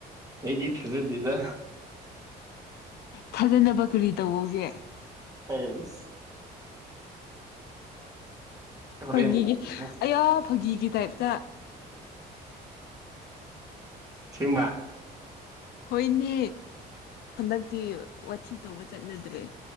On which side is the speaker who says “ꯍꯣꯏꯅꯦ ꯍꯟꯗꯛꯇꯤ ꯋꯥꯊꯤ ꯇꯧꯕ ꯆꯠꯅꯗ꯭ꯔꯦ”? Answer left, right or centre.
Left